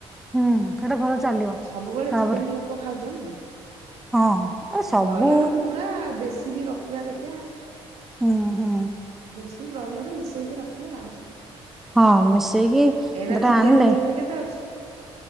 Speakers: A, in the centre; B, on the right.
A: ହୁଁ। ସେଇଟା ଭଲ ଚାଲିବ।
B: ସବୁବେଳେ
A: ତାପରେ
B: ଚିକେନ୍ ଲୋକ ଖାଉଛନ୍ତି ନା?
A: ହଁ ଆରେ ସବୁ
B: ବ୍ରଏଲର କୁକୁଡା ଦେଶୀ ବି ରଖ୍ ଖିବା ଦେଖିଆ
A: ହୁଁ ହୁଁ
B: ଦେଶୀ ବ୍ରଏଲର୍ ମିଶେଇକି ରଖିବା ଆଉ।
A: ହଁ ମିଶେଇକି କେତେଟା
B: ଏଇନା ଚିକେନ
A: ଆଣିଲେ
B: ରେଟ କେତେ ଅଛି?